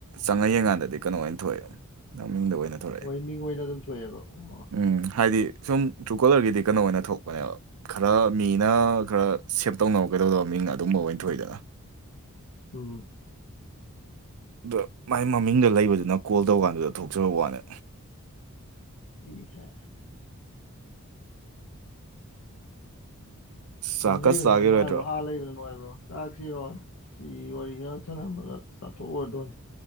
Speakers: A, on the right (about 80°); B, on the left (about 65°).
A: ꯆꯪꯉ ꯌꯦꯡ ꯀꯥꯟꯗꯗꯤ ꯀꯩꯅꯣ ꯑ‌ꯣꯏꯅ ꯊꯣꯛꯑꯦ ꯃꯃꯤꯡꯗ ꯑꯣꯏꯅ ꯊꯣꯛꯂꯛꯑꯦ
B: ꯍꯣꯏ ꯃꯤꯡ ꯑꯣꯏꯅ ꯑꯗꯨꯝ ꯊꯣꯛꯑꯦꯕ ꯑꯣ
A: ꯎꯝ ꯍꯥꯏꯗꯤ ꯁꯨꯝ ꯇ꯭ꯔꯨꯀꯣꯂꯔꯒꯤꯗꯤ ꯀꯩꯅꯣ ꯑꯣꯏꯅ ꯊꯣꯛꯄꯅꯦꯕ ꯈꯔ ꯃꯤꯅ ꯈꯔ ꯁꯦꯞ ꯇꯧꯅꯕ ꯀꯩꯗꯧꯗꯕ ꯃꯤꯡ ꯑꯗꯨꯝꯕ ꯑꯣꯏꯅ ꯊꯣꯛꯏꯗ
B: ꯎꯝ
A: ꯑꯗ ꯃꯥꯏ ꯃꯃꯤꯡꯗ ꯂꯩꯕꯗꯨꯅ ꯀꯣꯜ ꯇꯧꯀꯥꯟꯗꯨꯗ ꯊꯣꯛꯆꯕ ꯋꯥꯅꯦ
B: ꯏ ꯍꯥꯏ
A: ꯆꯥꯛꯀ
B: ꯌꯨꯝ ꯂꯩꯕꯅ
A: ꯆꯥꯒꯤꯔꯣꯏꯗ꯭ꯔꯣ
B: ꯍꯥꯏ ꯅꯨꯡꯉꯥꯏꯕ꯭ꯔꯣ ꯑꯥ ꯂꯩꯕꯅ ꯅꯨꯡꯉꯥꯏꯕ꯭ꯔꯣ ꯆꯥꯛꯁꯤꯔꯣ ꯆꯤ ꯋꯥꯔꯤ ꯉꯍꯥꯛ ꯁꯥꯟꯅꯔꯝꯃꯒ ꯆꯥꯊꯣꯛꯎꯔꯗꯣꯏꯅ‌ꯦ